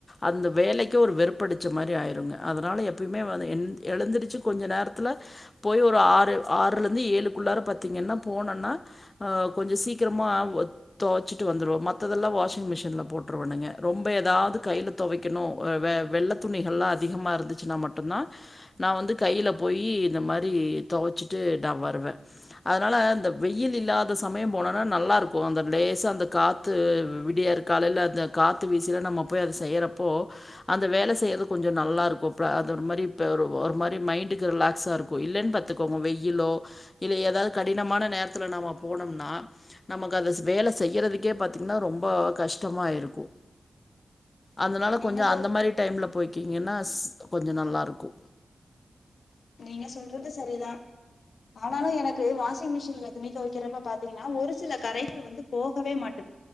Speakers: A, on the left; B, on the left.
A: அந்த வேலைக்கு ஒரு வெறுப்படிச்ச மாரி ஆயிருங்க அதனால எப்யுமே வந் எந் எழுந்திரிச்சி கொஞ்ச நேரத்தில போய் ஒரு ஆறு ஆறுலருந்து ஏழுக்குள்ளார பாத்திங்கன்னா போனோன்னா கொஞ்சோ சீக்கிரமா தொவச்சிட்டு வந்துருவோ மத்ததெல்லா வாஷிங் மிஷின்ல போட்டருவணுங்க ரொம்ப எதாவது கையில தொவைக்கணு வெ வெள்ள துணிகல்லா அதிகமா இருந்துச்சுனா மட்டுந்தா நா வந்து கையில போயி இந்த மாரி தொவச்சிட்டு தா வருவே அனால இந்த வெயில் இல்லாத சமயோ போனோன்னா நல்லாருக்கூ அந்த லேசா அந்த காத்து விடியற் காலைல அந்த காத்து வீசயில நம்ம போய் அத செய்றப்போ அந்த வேல செய்றது கொஞ்சோ நல்லாருக்கு ப அது ஒரு மாரி இப்போ ஒரு ஒரு மாரி மைண்டுக்கு ரிலாக்ஸாகருக்கு இல்லேன்னு பாத்துக்கோங்க வெயிலோ இல்லை ஏதாவது கடினமான நேரத்துல நம்ம போனோம்னா நமக்கு அத செ வேல செய்யறதுக்கே பாத்தீங்ன்னா ரொம்ப கஷ்டமா இருக்கு அதனால
B: நீங்க
A: கொஞ்சோ
B: சொல்
A: அந்த மாதிரி டைம்ல போய் கீங்கன்னா கொஞ்சோ நல்லா இருக்கு
B: நீங்க சொல்றது சரிதா ஆனாலு எனக்கு வாஷிங் மிஷின்ல துணி தொவைக்கிறப்ப பாத்தீங்கன்னா ஒரு சில கரைகள் வந்து போகவே மாட்டுது